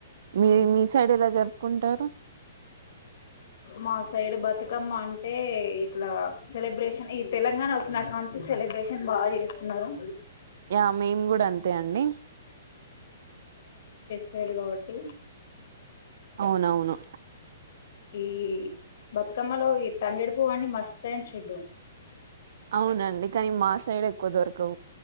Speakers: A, on the right; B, on the left.
A: మీ
B: ఉహు
A: మీ సైడలా జరుపు కుంటారు
B: మా సైడు బతుకమ్మ అంటే ఇట్లా సెలబ్రేషన్ ఈ తెలంగాణ వచ్చినాకంచి సెలబ్రేషన్ బాగా చేస్తున్నారు
A: యా మేము కూడా అంతే అండి
B: చేలు కాబటి
A: అవునవును
B: ఈ బతుకమ్మలో ఈ తంగేడి పువ్వు అన్నీ మస్ట్ అండ్ షుడ్
A: అవునండి కానీ మా సైడ్ ఎక్కువ దొరక